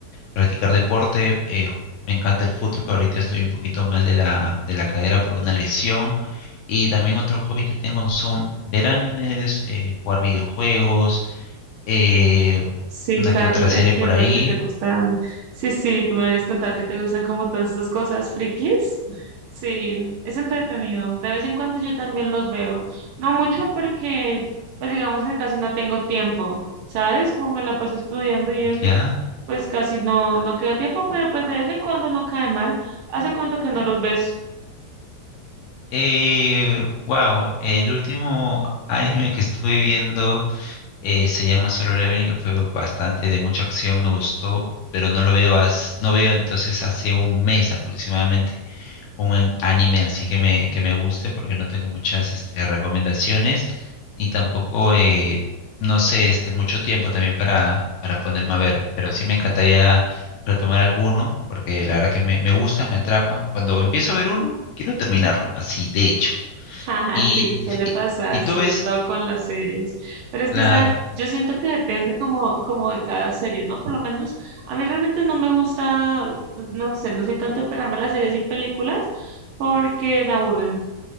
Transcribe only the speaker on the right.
Sí,
claro,
entiendo
que te gustan. Sí, sí, tú me habías contado que te gustan como todas esas cosas frikis. Sí, es entretenido. De vez en cuando yo también los veo. No mucho porque, pues digamos que casi no tengo tiempo, ¿sabes? Como me la paso estudiando y eso,
pues casi no, no queda tiempo, pero pues de vez en cuando no cae mal. ¿Hace cuánto que no los ves?
Ajá,
sí, suele
pasar,
sobre
todo con las series. Pero es
que, ¿sabes? Yo siento que depende como, como de cada serie, ¿no? Por lo menos a mí realmente no me gusta, no sé, no soy tanto de pegarme las series y películas porque me aburren.